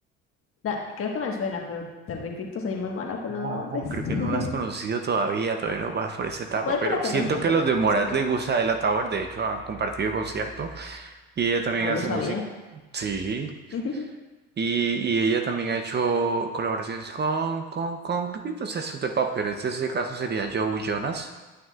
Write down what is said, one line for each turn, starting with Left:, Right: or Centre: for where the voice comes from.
Left: Da- creo que me suena, pero te repito, soy muy mala con los
Right: No,
Left: nombres.
Right: creo que no la has
Left: <laughs>
Right: conocido todavía, todavía no vas por esa etapa,
Left: Puede
Right: pero
Left: que la conozca,
Right: siento que
Left: pero
Right: los de Morat
Left: soy mala,
Right: les gusta Ella Tower, de hecho han compartido concierto y ella también
Left: no
Right: hace
Left: lo sabía.
Right: música, sí,
Left: <laughs>
Right: y, y ella también ha hecho colaboraciones con, con, con grupitos esos de pop, pero este ese caso sería Joe Jonas,